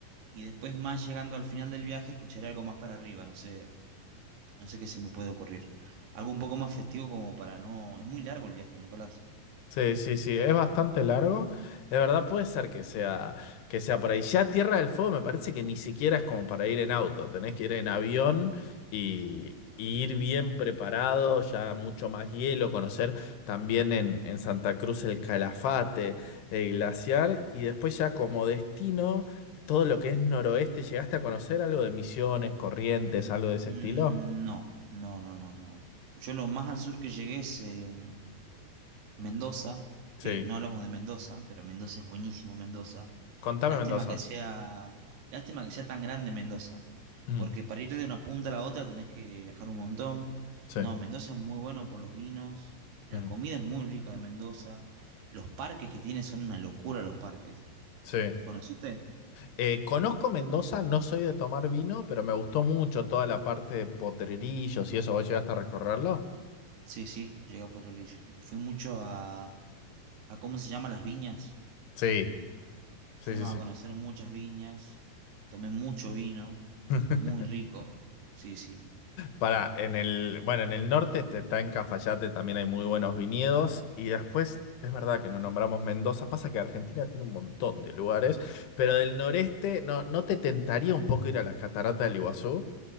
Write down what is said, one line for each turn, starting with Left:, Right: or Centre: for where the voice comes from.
Right: Y después más llegando al final del viaje, escucharé algo más para arriba, no sé, No sé qué se me puede ocurrir. Algo un poco más festivo como para no... Es muy largo el viaje, Nicolás.
Left: Sí, sí, sí, es bastante largo. De verdad puede ser que sea, que sea por ahí. Ya Tierra del Fuego me parece que ni siquiera es como para ir en auto, tenés que ir en avión y, y ir bien preparado, ya mucho más hielo, conocer también en, en Santa Cruz el Calafate, el glaciar y después ya como destino, todo lo que es noroeste, ¿llegaste a conocer algo de Misiones, Corrientes, algo de ese
Right: Mm,
Left: estilo?
Right: no, no, no, no, no. Yo lo más al sur que llegué es eh, Mendoza,
Left: Sí,
Right: que no hablamos de Mendoza, pero Mendoza es buenísimo, Mendoza.
Left: contame
Right: Lástima
Left: Mendoza.
Right: que sea, lástima que sea tan grande Mendoza,
Left: Mm,
Right: porque para ir de una punta a la otra tenés que viajar un montón.
Left: Sí.
Right: No, Mendoza es muy bueno por los vinos, la
Left: Mm,
Right: comida es muy rica de Mendoza, los parques que tiene son una locura los parques.
Left: Sí.
Right: ¿Conociste?
Left: Eh, conozco Mendoza, no soy de tomar vino, pero me gustó mucho toda la parte de Potrerillos y eso. ¿Vos llegaste a recorrerlo?
Right: Sí, sí, llegué a Potrerillos Y fui mucho a, a ¿cómo se llama? Las viñas.
Left: Sí, sí,
Right: Fuimos
Left: sí, sí.
Right: a conocer muchas viñas. Tomé mucho vino.
Left: <laughs>
Right: Muy rico. Sí, sí.
Left: Para, en el, bueno, en el norte este, está en Cafayate, también hay muy buenos viñedos. Y después, es verdad que no nombramos Mendoza, pasa que Argentina tiene un montón de lugares, pero del noreste, ¿no, no te tentaría un poco ir a las cataratas del Iguazú?